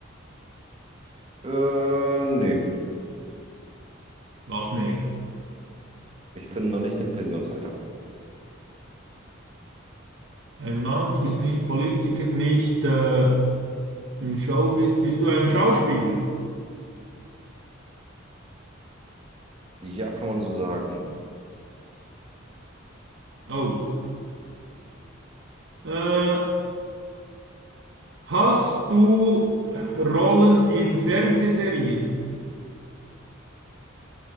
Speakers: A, on the right; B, on the right.
A: Äh, nö.
B: Was? Nee.
A: Ich bin noch nicht im Pensionsalter.
B: Ein Mann, du bist nicht Politiker, nicht äh, im Showbiz. Bist du ein Schauspieler?
A: Ja, kann man so sagen.
B: Oh. Äh, hast du Rollen in Fernsehserien?